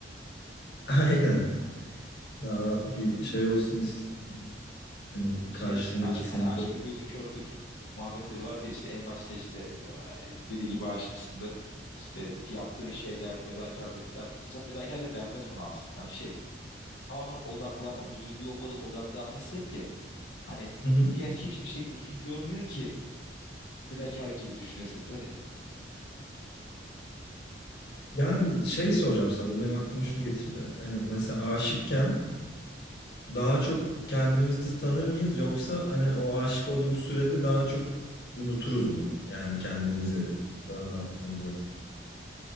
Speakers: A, on the left; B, on the left.
A: <laughs> aynen. Daha bir şey olsun istedim. Hani
B: Şey
A: karşındaki
B: işte aşk
A: seni.
B: hani aşkın gözü kördür muhabbetleri vardı ya işte en başta işte "Ay, deli gibi aşksındır. İşte yaptığın şeyler, fedakarlıklar. Mesela fedakarlık denmez ona aslında. Hani şey tamamen odaklanma. Duyguya o kadar odaklanmışsın ki. Hani
A: Hı hı.
B: diğer hiçbir şey gözün görmüyor ki fedakarlık gibi düşünesin. Feda-
A: Yani şey soracağım sana. Bu benim aklıma şunu getirdi. Hani mesela aşıkken daha çok kendimizi tanır mıyız? Yoksa hani o aşık olduğumuz sürede daha çok unuturuz mu? Yani kendimizi daha ne yaptığımızı.